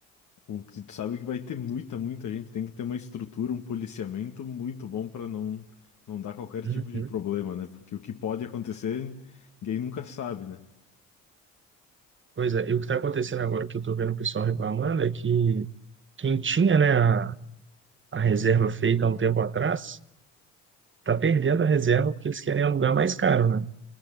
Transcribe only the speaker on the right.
Uhum.
Pois é, e o que está acontecendo agora que eu estou vendo o pessoal reclamando é que quem tinha, né, a, a reserva feita há um tempo atrás está perdendo a reserva porque eles querem alugar mais caro, né?